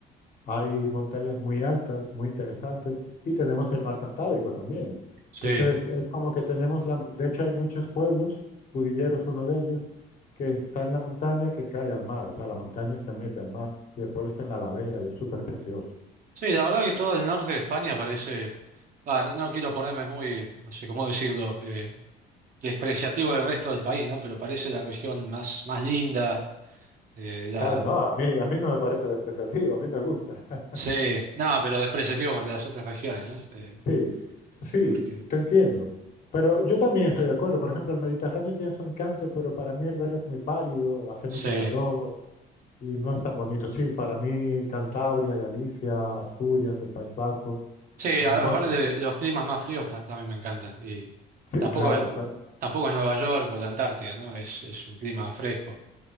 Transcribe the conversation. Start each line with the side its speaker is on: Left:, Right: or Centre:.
Left: Hay montañas muy altas, muy interesantes, y tenemos el mar Cantábrico también.
Right: sí.
Left: Entonces, es como que tenemos la... De hecho, hay muchos pueblos, Cudillero es uno de ellos, que está en la montaña que cae al mar. O sea, la montaña se mete al mar y el pueblo está en la ladera y es súper precioso.
Right: Sí, la verdad que todo el norte de España parece... Ah, no, no quiero ponerme muy, no sé cómo decirlo, eh, despreciativo del resto del país, ¿no? Pero parece la región más, más linda, eh, la...
Left: Ah, no, a mí, a mí no me parece despreciativo, a mí me gusta. <laughs>
Right: Sí, no, pero despreciativo contra las otras regiones, ¿no? Eh,
Left: Sí, sí,
Right: porque
Left: te entiendo. Pero yo también estoy de acuerdo. Por ejemplo, el Mediterráneo tiene su encanto, pero para mí el verde es muy pálido, hace
Right: Sí,
Left: mucho calor. Y no es tan bonito. Sí, para mí Cantabria, Galicia, Asturias, el País Vasco
Right: sí,
Left: o
Right: a-
Left: el norte.
Right: aparte de los climas más fríos ta- también me encantan. Y
Left: Sí,
Right: tampoco,
Left: claro, claro.
Right: tampoco es Nueva York o la Antártida, ¿no? Es, es un clima fresco.